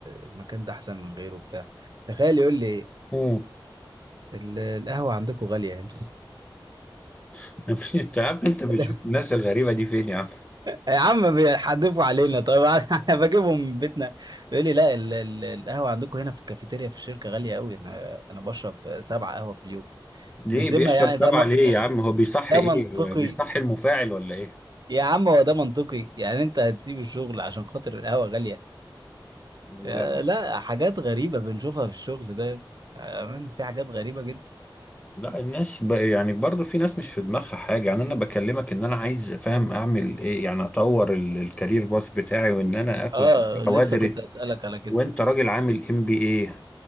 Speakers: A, on the right (about 55°); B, on the left (about 15°).
A: المكان ده احسن من غيره وبتاع تخيل يقول لي إيه؟
B: امم
A: ال- القهوة عندكم غالية هنا
B: <laughs> انت يا عم انت بتشوف
A: <laughs>
B: الناس الغريبه دي فين يا عم
A: يا عم بيحدفوا علينا طيب <laughs> انا بجيبهم من بيتنا يقول لي لا ال- ال- القهوة عندكم هنا في الكافيتيريا في الشركة غالية قوي انا انا بشرب سبعة قهوة في اليوم
B: ليه
A: بالذمة
B: بيشرب
A: يعني
B: سبعه
A: ده م-
B: ليه
A: ده
B: يا عم هو بيصحي
A: ده
B: ايه
A: منطقي
B: بيصحي المفاعل ولا ايه
A: يا عم هو ده منطقي يعني انت هتسيب الشغل عشان خاطر القهوة غالية
B: لا
A: آه، لا حاجات غريبة بنشوفها في الشغل ده آه، من في حاجات غريبة جدا
B: لا الناس ب... يعني برضو في ناس مش في دماغها حاجه يعني انا بكلمك ان انا عايز فاهم اعمل ايه يعني اطور ال- الكارير باث بتاعي وان انا اخد
A: اه لسه
B: وادرس
A: كنت اسألك على كده
B: وانت راجل عامل ام بي اي